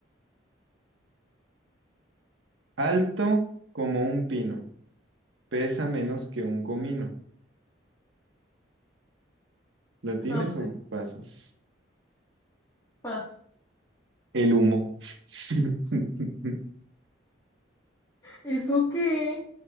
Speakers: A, on the right (about 70°); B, on the left (about 20°).
A: Alto como un pino, pesa menos que un comino. ¿La tienes
B: No sé,
A: o pasas?
B: paso.
A: El humo. <laughs>
B: ¿Y su qué?